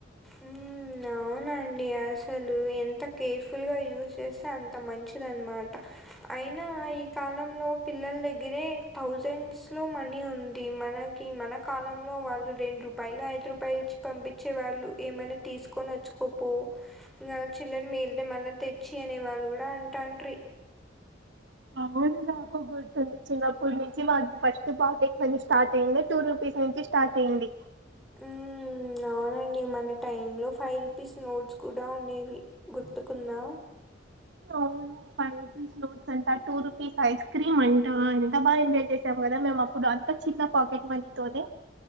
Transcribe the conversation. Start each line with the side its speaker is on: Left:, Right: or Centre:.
Centre: ఉమ్ ఆ అవునండి అసలు ఎంత కేర్ఫుల్గా యూస్ చేస్తే అంత మంచిదన్మాట అయినా ఈ కాలంలో పిల్లల్ దగ్గరే థౌజండ్స్ లో మనీ ఉంది మన ఈ మన కాలంలో వాళ్ళు రెండు రూపాయలు ఐదు రూపాయలు ఇచ్చి పంపిచ్ ఇచ్చే వాళ్ళు ఏమైనా తీసుకొని వచ్చుకపో ఇంగా చిల్లర్ మిగిలితే మళ్ళ తెచ్చి అనే వాళ్ళు కూడా అంటాడ్రీ
Right: అవును నాకు గుర్తుంది చిన్నపట్నుంచి మాకు ఫస్ట్ పాకెట్ మని స్టార్ట్ అయిందె టూ రూపీస్ నుంచ్ స్టార్ట్ అయింది
Centre: హ్మ్ అవునండి మన టైమ్ లో ఫైవ్ రూపీస్ నోట్స్ కూడా ఉండేవి గుర్తుకుందా
Right: అవును ఫై రు టూ రూపీస్ నోట్స్ అంట టూ రూపీస్ ఐస్ క్రీమ్ అంట ఎంత బా ఎంజాయ్ చేసాం కదా మేము అప్పుడు అ చిన్న పాకెట్ మనీ తోన్